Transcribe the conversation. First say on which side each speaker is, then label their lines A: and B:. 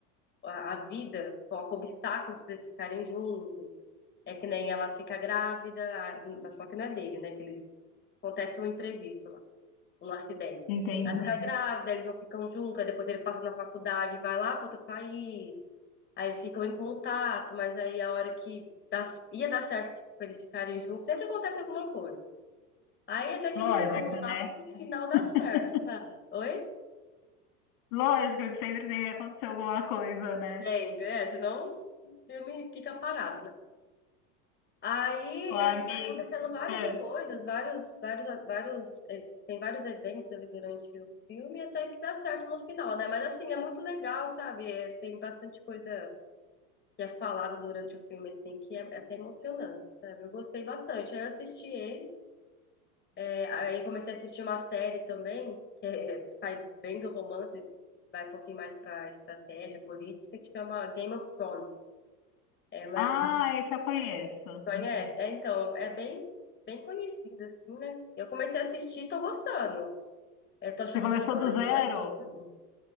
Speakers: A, on the left; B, on the left.
A: a, a vida coloca obstáculos para eles ficarem juntos. É que nem ela fica grávida, a- mas só que não é dele, né? Que eles acontece um imprevisto um acidente.
B: entendi.
A: Ela fica grávida, eles não ficam juntos, aí depois ele passa na faculdade, vai lá para outro país, aí eles ficam em contato, mas aí a hora que dá- ia dar certo pra eles ficarem juntos, sempre acontece alguma coisa. Aí até que
B: Lógico,
A: no final,
B: né?
A: no final dá
B: <laughs>
A: certo, sabe? Oi?
B: Lógico que sempre tem que acontecer alguma coisa, né?
A: Sempre, é, senão o filme fica parado, né? Aí
B: O
A: é,
B: amigo.
A: vai acontecendo várias
B: É.
A: coisas, vários, vários, vários, é, tem vários eventos ali durante o filme, até que dá certo no final, né? Mas assim, é muito legal, sabe? É, tem bastante coisa que é falada durante o filme, assim, que é, é até emocionante, sabe? Eu gostei bastante. Aí eu assisti ele, é, aí comecei a assistir uma série também, que é, sai bem do romance, vai um pouquinho mais pra estratégia política, que chama Game of Thrones. é uma,
B: Ah, esse eu conheço.
A: Conhece? É, então, é bem, bem conhecido, assim, né? Eu comecei a assistir e tô gostando. É, tô achando
B: Você começou
A: bem interessante,
B: do zero?
A: viu?